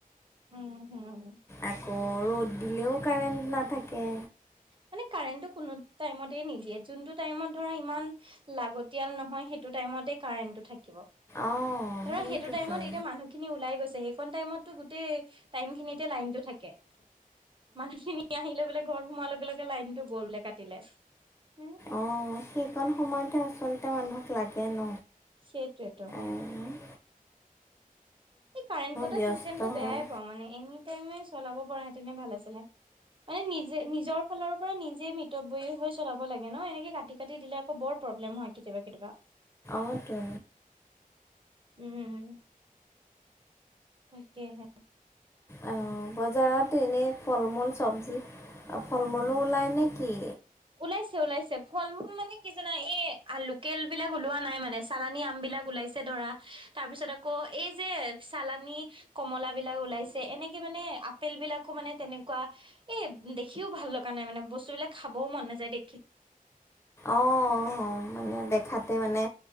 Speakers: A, on the right; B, on the left.
A: উম হুম,
B: আকৌ ৰ'দ দিলেও কাৰেণ্ট নাথাকে
A: মানে কাৰেণ্টটো কোনো টাইমতে নিদিয়ে যোনটো টাইমত ধৰা ইমান, লাগতিয়াল নহয় সেইটো টাইমতে কাৰেণ্টটো থাকিব
B: অঁ
A: ধৰা
B: সেইটোতোন
A: সেইটো টাইমত এতিয়া মানুহ, খিনি ওলাই গৈছে সেইকন টাইমতো গোটেই টাইম খিনিতে লাইন টো থাকে। মানুহ খিনি আহিলে বোলে ঘৰ সোমাৰ লগে লগে লাইনতটো গ'ল বোলে কাটিলে হু,
B: অ সেইকণ সময়তে আচলতে মানুহক লাগে ন।
A: সেইটোৱে টো,
B: অঁ
A: এই কাৰেণ্ট কটা
B: ব্যস্ত
A: চিষ্টেমটো বেয়াই
B: হয়
A: পাওঁ মানে এনে এনে টাইমে চলাব পৰা হেঁতেনে ভাল আছিলে মানে নিজে নিজৰ ফালৰ পৰা নিজে ম হৈ চলাব লাগে ন এনেকে কাটি কাটি দিলে আকৌ বৰ প্ৰব্লেম হয় কেতিয়াবা কেতিয়াবা।
B: অটো,
A: উম তাকেহে,
B: অঁ বজাৰত এনেই ফল মূল চবজি ফল মূলো ওলায় নে কি।
A: ওলাইছে ওলাইছে ফল মূল মানে কি জানা এই লোকেল বিলাক ওলোৱা নাই মানে চালানী আম বিলাক ওলাইছে। আছে ধৰা তাৰ পিছত আকৌ এই যে চালানী। কমলা বিলাক ওলাইছে এনেকে মানে আপেল বিলাকো মানে তেনেকুৱা। এ দেখিও ভাল লগা নাই মানে বস্তুবিলাক খাবও মন নাযায় দেখি।
B: অঁ মানে দেখাতে মানে।